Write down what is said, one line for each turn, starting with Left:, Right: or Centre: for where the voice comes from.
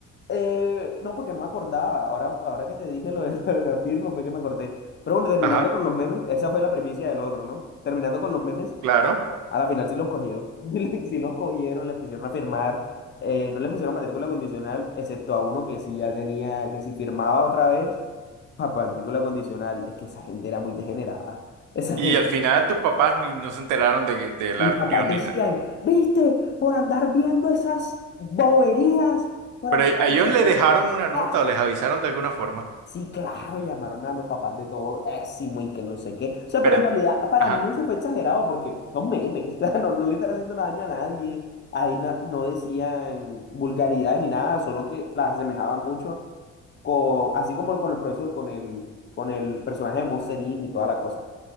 Left: Eh, no, porque no me acordaba. Ahora, ahora que te dije lo de, <laughs> lo de la firma fue que me acordé. Pero bueno, terminando
Right: Ajá,
Left: con los memes, esa fue la primicia del otro, ¿no? Terminando con los memes,
Right: claro.
Left: a la final sí los cogieron. <laughs> Sí los cogieron, les pusieron a firmar. eh, no les pusieron matrícula condicional, excepto a uno que sí ya tenía, que si firmaba otra vez a matrícula condicional, es que esa gente era muy degenerada. Esa
Right: Y
Left: gente,
Right: al final tus papás ni no se enteraron de, que- de la
Left: mis
Right: reunión
Left: papás decían,
Right: ni nada.
Left: viste, por andar viendo esas boberías, por
Right: Pero
Left: andar
Right: a ellos
Left: viendo
Right: le dejaron
Left: esas
Right: una
Left: cosas.
Right: nota o les avisaron de alguna forma.
Left: Sí, claro, llamaron a los papás de todo,ésimo y que no sé qué. O sea,
Right: Espérate.
Left: pero en realidad para
Right: Ajá.
Left: mí eso fue exagerado porque son memes, <laughs> o sea, no, no le están haciendo daño a nadie. Ahí na- no decían vulgaridades ni nada, solo que las asemejaban mucho con, así como con el profesor, con el, con el personaje de Monster Inc. y toda la cosa.